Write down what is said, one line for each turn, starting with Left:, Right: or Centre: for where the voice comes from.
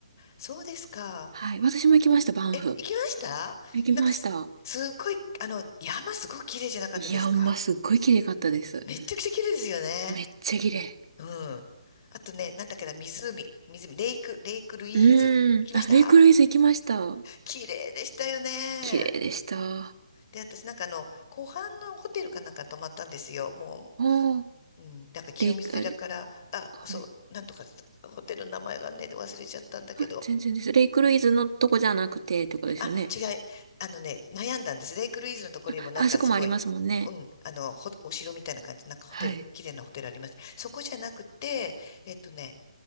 Left: そうですか。
Right: はい。私も行きました、バンフ。
Left: え、行きましたなんかす、
Right: 行きました。
Left: すっごい、あの、山すごく綺麗じゃなかったですか
Right: いや、ほんますっごい綺麗かったです。
Left: めっちゃくちゃ綺麗ですよね。
Right: めっちゃ綺麗。
Left: うん。あとね、なんだっけな、湖。湖。レイク、レイクルイーズ。
Right: うーん。
Left: 行きました
Right: あ、レイクルイズ行きました。
Left: 綺麗でしたよね。
Right: 綺麗でした。
Left: で、私なんかあの、湖畔のホテルかなんか泊まったんですよ。も
Right: おー、
Left: う、うん、なんか清水寺から、
Right: レイク、あれ、
Left: あ、
Right: はい。
Left: そう、なんとか、ホテルの名前がね、忘れちゃったんだけど。
Right: あ、全然です。レイクルイズのとこじゃなくてってことですよね。
Left: あ、違い、あのね、悩んだんです。レイクルイーズのところにもなんかすごい、
Right: あ、あそこもありますもんね。
Left: うん、あの、ほお城みたいな感じ、なんかホテル、
Right: はい。
Left: 綺麗なホテルあります。そこじゃなくて、えっとね、